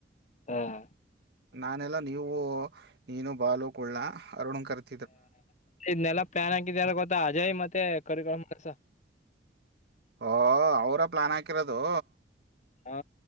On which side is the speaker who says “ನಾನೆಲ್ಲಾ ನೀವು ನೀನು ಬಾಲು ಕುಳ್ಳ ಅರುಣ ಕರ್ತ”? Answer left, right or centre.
Right